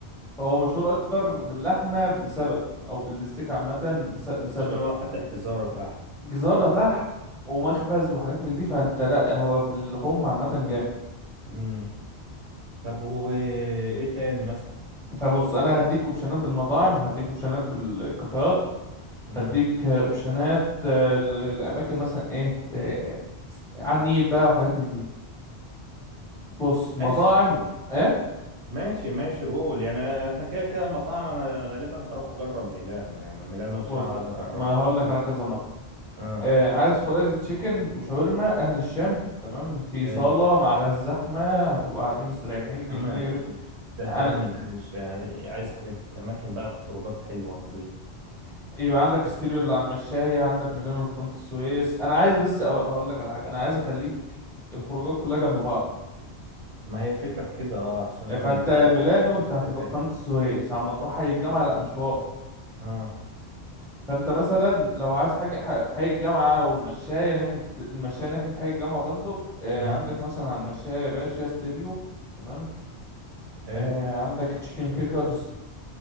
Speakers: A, in the centre; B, on the right.
A: هو مشهور أكتر باللحمة لسبب أو بالستيك عامة بس- لسبب
B: مش انا بقى فاتح جزارة تحت
A: جزارة تحت ومخبز وحاجات من دي فانت لا هو في اللحوم عامة جامد
B: امم طب وايه تاني مثلا
A: فبص انا هديك اوبشنات بالمطاعم هديك اوبشنات بالكافيهات
B: امم
A: هديك اوبشنات آه، ل- لاماكن مثلا ايه ت... على النيل بقى وحاجات من دي بص مطاعم
B: ماشي
A: ايه
B: ماشي ماشي قول يعني احنا كده كده المطاعم انا غالبا هروح اجرب ميلانو يعني ميلانو بصراحة
A: بص
B: عايز اجربه
A: ما هقول لك على كذا مطعم
B: اه
A: آه عايز فرايد تشيكن وشاورما اهل الشام تمام في
B: حلو
A: صالة ما عليهاش زحمة هتبقى قاعدين مستريحين الج-
B: اما
A: الدنيا جميلة
B: زهقان
A: انا
B: من اهل الشارع عايز حاجات اماكن بقى خروجات حلوة نضيفة كده
A: يبقى عندك ستيريو اللي على المشاية عندك ميلانو اللي في قناة السويس انا عايز بس أ- اقول لك على حاجة انا عايز اخليك الخروجات كلها جنب بعض
B: ما هي الفكرة في كده اه عشان الواحد
A: فانت
B: ما يدفعلوش
A: ميلانو انت هتبقى
B: تكاسي
A: في قناة السويس عما تروح حي الجامعة لا مشوار
B: اه
A: فانت مثلا لو عايز حاجة ح- في حي الجامعة والمشاية ناحية المشاية ناحية حي الجامعة برضك آه،
B: امم
A: عندك مثلا على المشاية يا باشا ستيريو تمام
B: حلو
A: آه، عندك تشيكن كيكرز